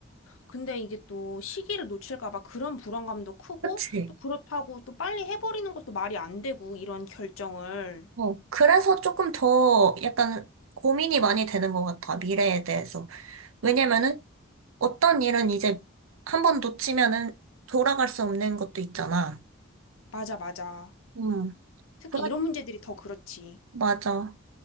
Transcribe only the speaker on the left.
근데 이게 또 시기를 놓칠까 봐 그런 불안감도 크고
또 그렇다고 또 빨리 해버리는 것도 말이 안 되고 이런 결정을.
맞아, 맞아.
특히
이런 문제들이 더 그렇지.